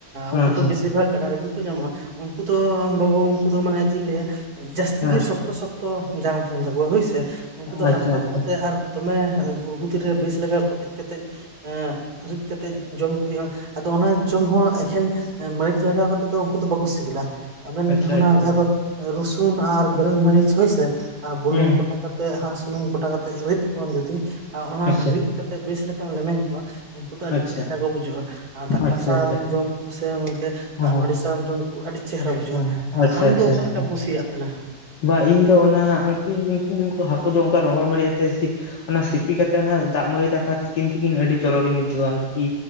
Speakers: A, on the left; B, on the right.
A: ᱦᱮᱸ
B: ᱩᱱᱠᱩ
A: ᱦᱮᱸ
B: ᱫᱚ ᱵᱮᱥᱤᱨ ᱵᱷᱟᱜ ᱠᱟᱰᱟ ᱨᱮᱜᱮ ᱠᱚ ᱧᱟᱢᱚᱜᱼᱟ ᱩᱱᱠᱩ ᱫᱚ ᱵᱟᱹᱵᱩ ᱩᱱᱠᱩ ᱫᱚ ᱢᱟᱱᱮ ᱪᱮᱫ ᱤᱧ ᱞᱟᱹᱭᱟ ᱡᱟᱹᱥᱛᱤ
A: ᱦᱮᱸ
B: ᱜᱤ ᱥᱚᱠᱛᱚ ᱥᱚᱠᱛᱚ ᱡᱟᱝ ᱛᱟᱸᱦᱮᱱ ᱛᱟᱠᱚᱣᱟ ᱦᱩᱭ ᱥᱮ ᱩᱱᱠᱩ ᱫᱚ
A: ᱟᱪᱪᱷᱟ
B: ᱨᱟᱯᱟᱜ
A: ᱟᱪᱪᱷᱟ
B: ᱠᱟᱛᱮ ᱟᱨ ᱫᱚᱢᱮ ᱜᱩᱲᱜᱩ ᱫᱷᱤᱨᱤ ᱨᱮ ᱵᱤᱥ ᱞᱮᱠᱟ ᱠᱚᱴᱮᱡ ᱠᱟᱛᱮᱡ ᱦᱮᱸ ᱨᱤᱫ ᱠᱟᱛᱮᱜ ᱡᱚᱢ ᱠᱚ ᱦᱩᱭᱩᱜᱼᱟ ᱟᱫᱚ ᱚᱱᱟ ᱡᱚᱢ ᱦᱚᱸ ᱮᱠᱷᱮᱱ ᱢᱟᱹᱨᱤᱪ ᱞᱟᱜᱟᱣ ᱠᱟᱛᱮ ᱫᱚ ᱩᱱᱠᱩ ᱫᱚ ᱵᱟᱠᱚ ᱥᱤᱵᱤᱞᱟ ᱟᱵᱮᱱ
A: ᱟᱪᱪᱷᱟ
B: ᱚᱱᱟ
A: ᱟᱪᱪᱷᱟ
B: ᱡᱟᱦᱟᱸ ᱫᱚ ᱨᱚᱥᱩᱱ ᱟᱨ ᱵᱮᱨᱮᱞ ᱢᱟᱹᱨᱤᱪ ᱦᱳᱭ ᱥᱮ ᱟᱨ ᱵᱩᱞᱩᱝ
A: ᱦᱩᱸ
B: ᱠᱚᱴᱟ ᱠᱟᱛᱮ ᱛᱮ ᱦᱟᱸ ᱥᱩᱱᱩᱢ ᱠᱚᱴᱟ ᱠᱟᱛᱮᱫ ᱨᱤᱫ ᱠᱚᱣᱟᱢ ᱡᱩᱫᱤ ᱟᱨ ᱚᱱᱟ
A: ᱟᱪᱪᱷᱟ
B: ᱨᱤᱫ ᱠᱟᱛᱮ ᱵᱮᱥ ᱞᱮᱠᱟᱢ ᱞᱮᱢᱮᱧ ᱩᱱᱠᱩ ᱫᱚ ᱟᱹᱰᱤ
A: ᱟᱪᱪᱷᱟ
B: ᱪᱮᱦᱮᱨᱟ ᱠᱚ ᱵᱩᱡᱷᱟᱹᱜᱼᱟ ᱟᱨ
A: ᱟᱪᱪᱷᱟ
B: ᱫᱟᱠᱟ ᱥᱟᱣ
A: ᱟᱪᱪᱷᱟ
B: ᱡᱚᱢ ᱥᱮ ᱚᱱᱛᱮ
A: ᱚ
B: ᱫᱟᱜ ᱢᱟᱹᱲᱤ ᱥᱟᱣ ᱡᱚᱢ ᱠᱚ ᱟᱹᱰᱤ ᱪᱮᱦᱮᱨᱟ ᱵᱩᱡᱟᱹᱜᱼᱟ
A: ᱚ ᱟᱪᱪᱷᱟ
B: ᱟᱢ
A: ᱟᱪᱪᱷᱟ
B: ᱫᱚ ᱚᱠᱟ
A: ᱟᱪᱪᱷᱟ
B: ᱞᱮᱠᱟᱢ ᱠᱩᱥᱤᱭᱟᱜ ᱛᱟᱸᱦᱮᱱᱟ
A: ᱵᱟ ᱤᱧ ᱫᱚ ᱚᱱᱟ ᱩᱱᱠᱩ ᱩᱱᱠᱩ ᱩᱱᱠᱩ ᱦᱟᱹᱠᱩ ᱫᱚ ᱚᱱᱠᱟ ᱨᱚᱦᱚᱲ ᱢᱟᱹᱨᱤᱡ ᱟᱛᱮ ᱚᱱᱟ ᱥᱤᱯᱤ ᱠᱟᱛᱮᱫ ᱚᱱᱟ ᱫᱟᱜ ᱢᱟᱹᱲᱤ ᱫᱟᱠᱟ ᱛᱤᱠᱤᱱ ᱛᱤᱠᱤᱱ ᱟᱹᱰᱤ ᱪᱚᱨᱚᱠᱤᱧ ᱵᱩᱡᱷᱟᱹᱣᱟ ᱟᱨᱠᱤ